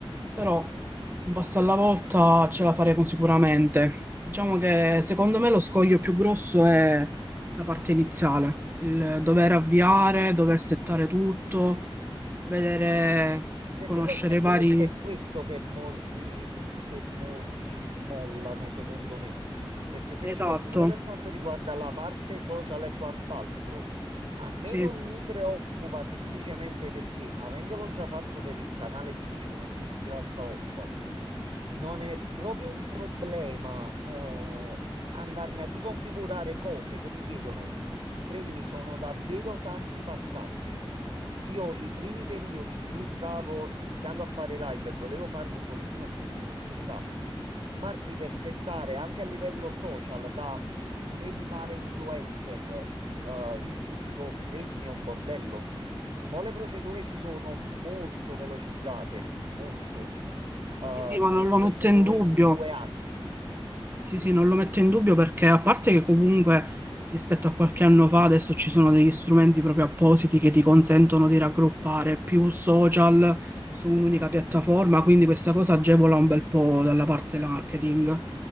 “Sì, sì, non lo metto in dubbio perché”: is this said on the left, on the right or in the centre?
Right